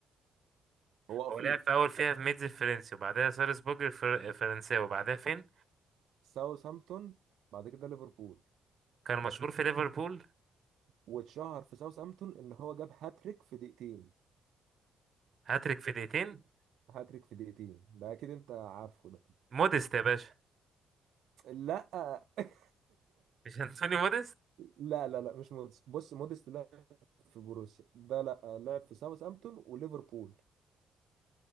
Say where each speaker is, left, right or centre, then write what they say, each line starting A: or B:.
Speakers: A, on the right (about 75°); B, on the right (about 45°).
A: هو افريقي
B: هو لعب في اول فيها في ميدز الفرنسي وبعدها سالزبورج الفر- الفرنساوي وبعدها فين
A: ساوثهامبتون بعد كده ليفربول
B: كان مشهور في ليفربول
A: واتشهر في ساوثهامبتون ان هو جاب هاتريك في دقيقتين
B: هاتريك في دقيقتين
A: هاتريك في دقيقتين ده اكيد انت عارفه ده
B: موديست يا باشا
A: لا <laughs>
B: مش انتوني موديست
A: لا لا لا مش موديست بص موديست لعب في بوروسيا ده لا لعب في ساوثهامبتون وليفربول